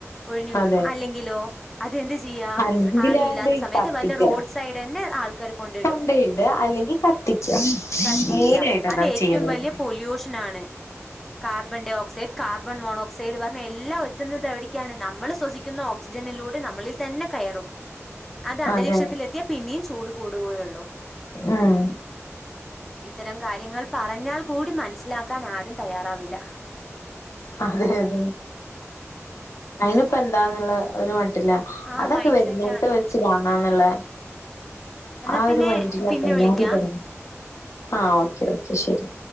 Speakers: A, in the centre; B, on the left (about 70°).
A: ഒഴിഞ്ഞു കിട്ടണു
B: അതെ.
A: അല്ലെങ്കിലോ അതെന്ത് ചെയ്യാ
B: അല്ലെങ്കിലാണ്ട്
A: ആരും ഇല്ലാത്ത സമയത്ത്
B: കത്തിക്കാ.
A: വല്ല റോഡ് സൈഡ് ഇന്നേ ആൾ ആൾക്കാർ കൊണ്ടിടും
B: കൊണ്ടോയിടാ അല്ലെങ്കിൽ കത്തിക്കാ.
A: കത്തിക്കുക
B: മെയിനായിട്ട് അതാ
A: അത് ഏറ്റവും
B: ചെയ്യുന്നത്.
A: വലിയ പൊല്യൂഷൻ ആണ് carbon dioxide carbon monoxide പറഞ്ഞ് എല്ലാം എത്തുന്നത് എവിടേക്കാണ് നമ്മൾ ശ്വസിക്കുന്ന ഓക്സ് ജനിലൂടെ നമ്മളിൽ തന്നെ കയറും. അത് അന്തരീക്ഷത്തിലെത്തിയാ
B: അതെ.
A: പിന്നെയും ചൂട് കൂടുകയുള്ളൂ.
B: ഉം.
A: ഇത്തരം കാര്യങ്ങൾ പറഞ്ഞാൽ കൂടി മനസിലാക്കാൻ ആരും തയ്യാറാവില്ല.
B: അതെ അതെ അയിനിപ്പം എന്താന്നുള്ള ഒരു മ ട്ടിലാ
A: ആ
B: അതൊക്കെ
A: മൈൻഡ്
B: വരുന്നെടുത്ത്
A: സെറ്റാണ്.
B: വെച്ച് കാണാന്നുള്ള
A: എന്നാ
B: ആ
A: പിന്നെ
B: ഒരു മൈൻഡിലാ
A: പിന്നെ
B: ഇപ്പോ എല്ലാരും
A: വിളിക്കാം
B: തന്നെ ആഹ് ഓക്കെ ഓക്കെ ശരി